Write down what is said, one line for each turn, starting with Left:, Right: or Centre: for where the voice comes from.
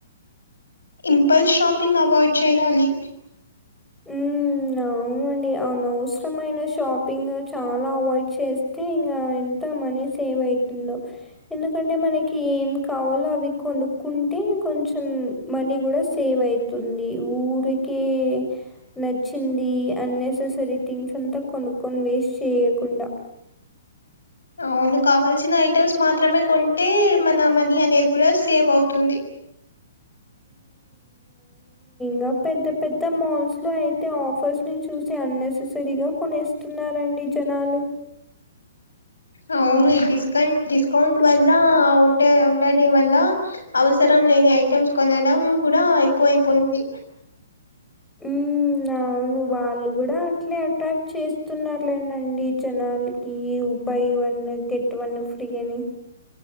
Left: ఇంపల్ షాపింగ్ అవాయిడ్ చేయాలి
Centre: ఉమ్ అ అవునండి అనవసరమైన షాపింగ్ చాలా అవాయిడ్ చేస్తే ఇంగా ఎంత మని సేవ్ అవుతుందో ఎందుకంటే మనకి ఏం కావాలో అవి కొనుక్కుంటే కొంచెం మనీ కూడా సేవయితుంది ఊరికే నచ్చింది అన్నెససరీ థింగ్స్ అంతా కొనుక్కొని వేస్ట్ చేయకుండ
Left: అవును కావాల్సిన ఐటమ్స్ మాత్రమే కొంటే మన మనీ అనేది కూడా సేవ్ అవుతుంది
Centre: గ పెద్ద పెద్ద మాల్స్లో అయితే ఆఫర్స్ ని చూసి అన్నెససరీ గా కొనేస్ తున్నారు అండి జనాలు
Left: అవును డిస్కౌంట్ డిస్కౌంట్ వల్ల ఉంటె ఉండడం వల్ల అవసరం లేని ఐటమ్స్ కొనడం కూడా ఎక్కువయిపోయింది
Centre: ఉమ్ ఇగ అవును వాళ్ళు కూడా అట్లే అట్రాక్ట్ చేస్తున్నారులేనండి జనాలు గీ buy one get one free అని